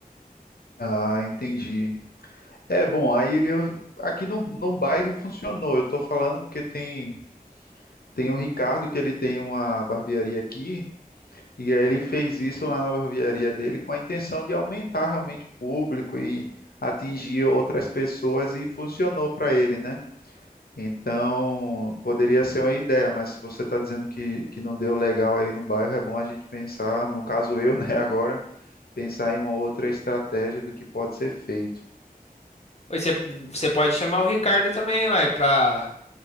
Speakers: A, on the left (about 80°); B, on the left (about 45°).
A: Ah, entendi. É, bom, aí eu, aqui no, no bairro funcionou. Eu tô falando porque tem tem o Ricardo que ele tem uma barbearia aqui e aí ele fez isso lá na barbearia dele com a intenção de aumentar realmente o público e atingir outras pessoas e funcionou para ele, né? Então, poderia ser uma ideia, mas se você está dizendo que, que não deu legal aí no bairro, é bom a gente pensar, no caso eu, <laughs> né, agora, pensar em uma outra estratégia do que pode ser feito.
B: Oi, Você você pode chamar o Ricardo também, uai, pra